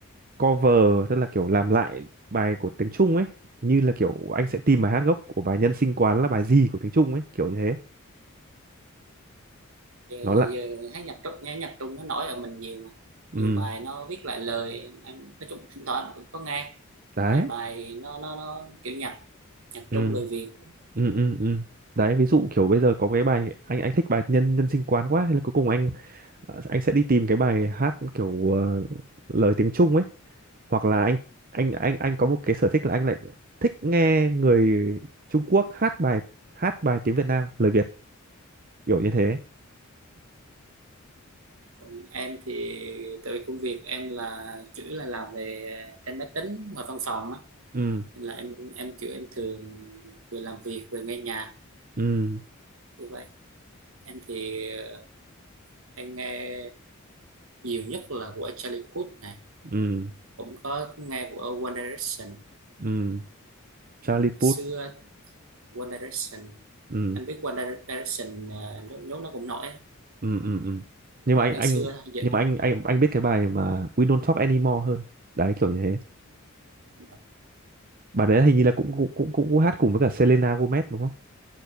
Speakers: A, on the right; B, on the right.
A: cover tức là kiểu làm lại bài của tiếng Trung ấy như là kiểu anh sẽ tìm bài hát gốc của bài Nhân sinh quán là bài gì của tiếng Trung ấy kiểu như thế
B: giờ,
A: nó là
B: giờ thấy nhạc Trung nghe nhạc Trung nó nổi ở mình nhiều mà.
A: ừ
B: Nhiều bài nó viết lại lời em nói chung thỉnh thoảng cũng có nghe
A: đấy
B: vài bài nó nó nó kiểu nhạc nhạc
A: ừ
B: Trung lời Việt
A: ừ ừ ừ đấy ví dụ kiểu bây giờ có cái bài anh anh thích bài nhân nhân sinh quán quá thế là cuối cùng anh à, anh sẽ đi tìm cái bài hát kiểu ờ, lời tiếng Trung ấy hoặc là anh anh anh anh có một cái sở thích là anh lại thích nghe người Trung Quốc hát bài hát bài tiếng Việt Nam lời Việt kiểu như thế
B: Còn em thì tại vì công việc em là chủ yếu là làm về trên máy tính ngoài văn phòng á
A: ừ
B: nên là em em kiểu em thường vừa làm việc vừa nghe nhạc
A: ừ
B: như vậy em thì ờ, em nghe nhiều nhất là của Charlie Puth này
A: ừ
B: cũng có nghe của One Direction
A: ừ Charlie
B: xưa
A: Puth
B: One Direction
A: ừ
B: anh biết One Direction ờ, nhốt nhốt nó cũng nổi á.
A: ừ ừ ừ nhưng
B: nổi
A: mà anh
B: ngày
A: anh
B: xưa thôi vậy
A: nhưng mà anh anh anh biết cái bài mà We Don't Talk Anymore hơn đấy kiểu như thế
B: đúng
A: bà đấy hình như là cũng cũng cũng cũng, cũng hát cùng với cả Selena Gomez đúng không